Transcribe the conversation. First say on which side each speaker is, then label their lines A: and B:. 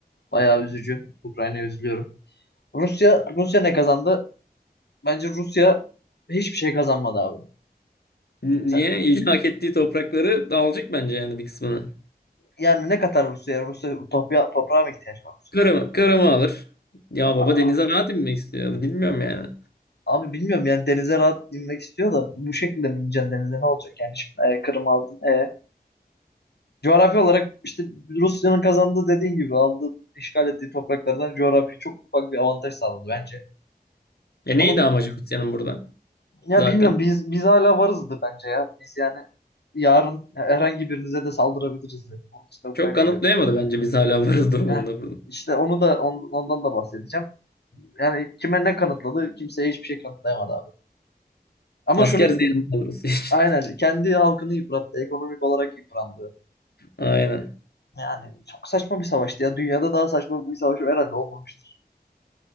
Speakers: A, on the left; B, on the left.
A: Bayağı üzücü. Ukrayna'ya üzülüyorum. Rusya Rusya ne kazandı? Bence Rusya hiçbir şey kazanmadı abi.
B: Niye?
A: Sen-
B: İlhak ettiği toprakları dağılacak bence yani bir kısmını.
A: yani ne kadar Rusya, Rusya topya, toprağa mı ihtiyaç var Rusya?
B: Kırım'ı Kırım'ı alır. Ya baba
A: Aa,
B: denize rahat inmek istiyor. Bilmiyorum yani.
A: abi bilmiyorum yani denize rahat inmek istiyor da bu şekilde mi ineceksin denize ne olacak yani şimdi e, Kırım aldın e. Coğrafi olarak işte Rusya'nın kazandığı dediğin gibi aldığı işgal ettiği topraklardan coğrafi çok ufak bir avantaj sağladı bence.
B: Ya
A: Onun
B: neydi amacı Rusya'nın burada
A: ya
B: zaten?
A: bilmiyorum biz biz hala varızdı bence ya. Biz yani yarın herhangi birinize de saldırabiliriz de. Onun için de Ukrayna'yı
B: Çok kanıtlayamadı bence biz hala varız durumunda
A: Heh,
B: burada.
A: işte onu da on- ondan da bahsedeceğim. Yani kime ne kanıtladı? Kimseye hiçbir şey kanıtlayamadı abi. Ama
B: Asker
A: şunu
B: ziyanı alırız için.
A: aynen kendi halkını yıprattı. Ekonomik olarak yıprandı.
B: <laughs> Aynen.
A: Yani çok saçma bir savaştı ya. Dünyada daha saçma bir savaş herhalde olmamıştır.